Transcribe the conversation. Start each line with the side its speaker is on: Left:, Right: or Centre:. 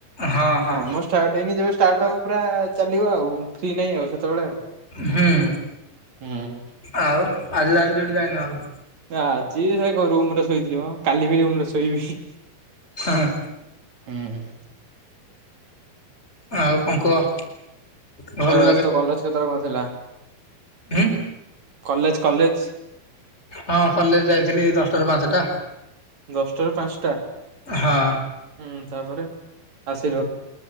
Left: ହଁ ହଁ
Right: କାମ ଷ୍ଟାର୍ଟ ହେଇନି ଯେବେ ଷ୍ଟାର୍ଟ ହବ ପୁରା ଚାଲିବ ଆଉ। ଫି ନାଇଁ ଆଉ ସେତେବେଳେ ଆ
Left: ହୁଁ
Right: ହୁଁ
Left: ଆଉ ଆଜି ତାହାଲେ ଡିଉଟି ଯାଇନ ଆଉ।
Right: ନା ଆଜି ସେରୁୁ ରୁମ୍ ରେ ଶୋଇଥିଲିମ କାଲି ବି ମୁଁ ଶୋଇବି।
Left: ଆହା।
Right: <unintelligible>
Left: ଆଉ କଣ କୁହ? ଘରୁ
Right: ଏ ଭାଇ ତୋ କଲେଜ କେତେବେଳେ କଣ ଥିଲା?
Left: ଉଁ।
Right: College college.
Left: ହଁ କଲେଜ ଯାଇଥିଲି ଦଶଟାରୁ ପାଞ୍ଚଟା।
Right: ଦଶଟାରୁ ପାଞ୍ଚଟା?
Left: ହଁ।
Right: ହୁଁ ତାପରେ ଆସିର